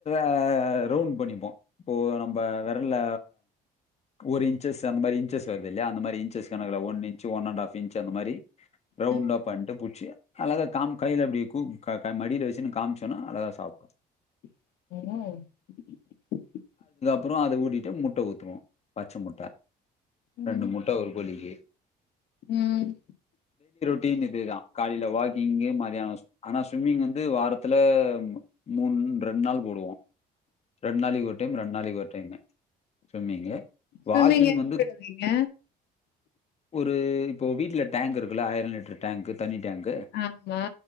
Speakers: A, on the left (about 40°); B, on the left (about 75°).
A: ஆ ரவுண்ட் பண்ணிப்போ இப்போ நம்ப விரல்ல ஒரு இன்ச்சஸ் அந் மாரி இன்ச்சஸ் ட்டு வருதுல்லயா அந்த மாரி இன்ச்சஸ் கணக்குல one inch one and half inch அந்த மாரி ரவுண்ட்டா
B: ம்.
A: பண்ட்டு புச்சி அழகா காம் கைல இப்டி கூ க க மடில வச்சுக்குனு காம்ச்சோனா அழகா சாப்டு
B: <unintelligible>
A: அப்றோ அத ஊட்டிட்டு முட்ட ஊத்துவோ பச்ச முட்ட
B: ம்
A: ரெண்டு முட்ட ஒரு கோழிக்கு
B: ம்
A: டின் இதேதா காலைல வாக்கிங்கு மதியானோ சு ஆனா ஸ்ம்மிங் வந்து வாரத்துல மூண் ம் ரெண் நாள் போடுவோ ரெண் நாளைக்கு ஒரு டைம் ரெண் நாளைக்கு ஒரு டைமு ஸ்விம்மிங்கு
B: ஸ்விம்மிங்
A: வாக்கிங்
B: எங்க
A: வந்து
B: விடுவிங்க
A: ஒரு இப்போ வீட்ல டேங்க் இருக்குல்ல ஆயிர லிட்ரு டேங்கு தண்ணி டேங்கு
B: ஆமா